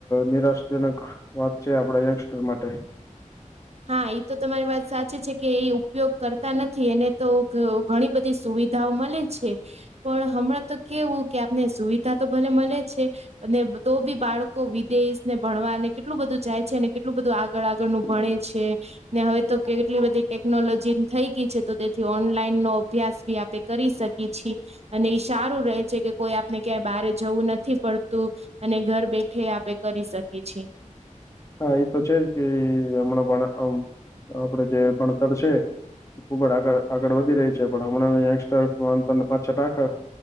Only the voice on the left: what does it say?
નિરાશાજનક વાત છે આપડા યંગસ્ટર માટે.
હા એ તો છે જ કે હમણાં ભ આપડ જે ભણતર છે ખૂબ જ આગળ આગળ વધી રહી છે પણ હમણાં યંગસ્ટરને ફોન પાછળ. <unintelligible>